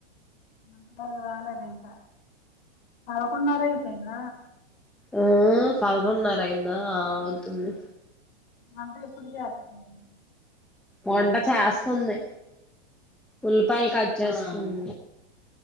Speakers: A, on the left; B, in the centre.
A: అంత వరకు రాలే ఇంక పదకొండున్నర అయిపోయింద
B: ఆ పదకొండున్నర అయిందా ఆ అవుతుంది
A: అంటే ఎప్పుడు చేస్తాను
B: వంట చేస్తుంది ఉల్లిపాయలు కట్ చేస్తుంది